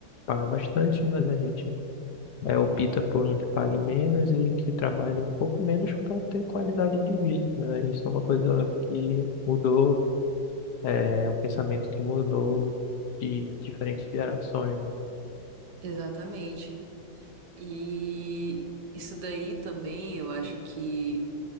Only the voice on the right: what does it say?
Exatamente. E isso daí também eu acho que